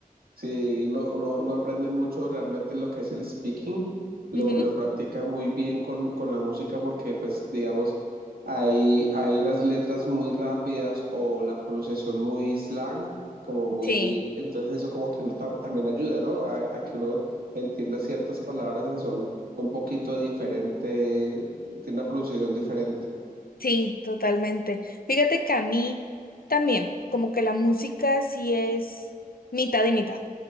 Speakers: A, on the right; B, on the left.
A: Sí, uno, uno, uno aprende mucho realmente lo que es el speaking, lo,
B: Ujú.
A: lo practica muy bien con, con la música porque pues digamos hay, hay unas letras muy rápidas o la pronunciación muy slang, como muy,
B: Sí,
A: entonces eso como que uno ta- también ayuda, ¿no? A, a que uno entienda ciertas palabras que son un poquito diferentes, tiene una pronunciación diferente.
B: sí, totalmente. Fíjate que a mí también, como que la música sí es mitad y mitad.